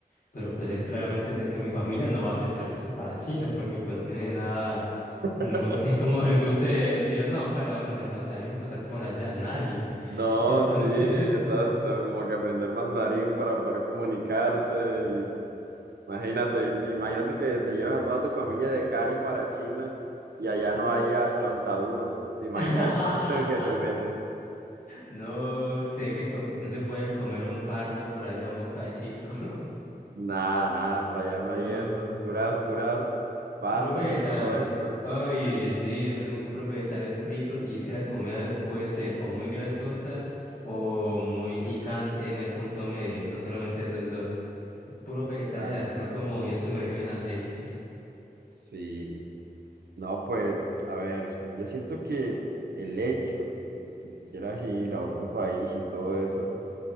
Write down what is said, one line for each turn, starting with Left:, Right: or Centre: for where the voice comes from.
Left: Pero pues eh, claramente sé que mi familia no va a aceptar irse para China porque pues no tiene nada,
Right: <laughs>
Left: ninguno <laughs> tiene como el gusto de decir, no, claro, voy a aprender mandarín, pasar por allá, nadie.
Right: No,
Left: <laughs> Entonces,
Right: sí, exacto,
Left: no.
Right: como que aprender mandarín para poder comunicarse y imagínate, im- imagínate que te lleves a toda tu familia de Cali para China y allá no haya chontaduro. ¿Te imaginas
Left: <laughs>
Right: el problema en el que te metes?
Left: No, tiene que co- no se puede comer un pargo por allá, un bocachico.
Right: Nada, nada, por
Left: <laughs>
Right: allá
Left: No.
Right: no hay eso, puras, puras pastas
Left: Puros vegetales.
Right: y todo esto.
Left: Ay, sí, esos son puros vegetales fritos. Y es que la comida puede ser o muy grasosa o muy picante, no hay punto medio, son solamente esos dos. Puros vegetales
Right: Claro,
Left: así
Right: claro.
Left: como bien sumergidos en aceite.
Right: Sí, no, pues, a ver, yo siento que el hecho de que te quieras ir a otro país y todo eso